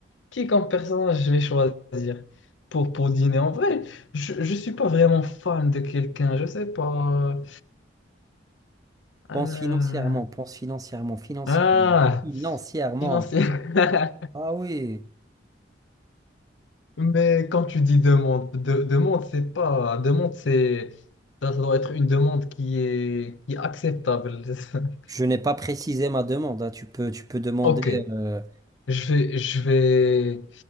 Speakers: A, on the left; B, on the right.
A: qui comme personnage je vais choisir pour, pour dîner? En vrai, je ne suis pas vraiment fan de quelqu'un, je sais pas.
B: Pense
A: Euh,
B: financièrement, pense financièrement, financièrement,
A: Ah,
B: financièrement.
A: financier. <laughs>
B: Ah oui.
A: Mais quand tu dis demande, de- demande, c'est pas. Demande, c'est. Ça, ça doit être une demande qui est, qui est acceptable. <laughs>
B: Je n'ai pas précisé ma demande. hein. Tu peux, tu peux demander
A: Ok,
B: euh,
A: je vais, je vais,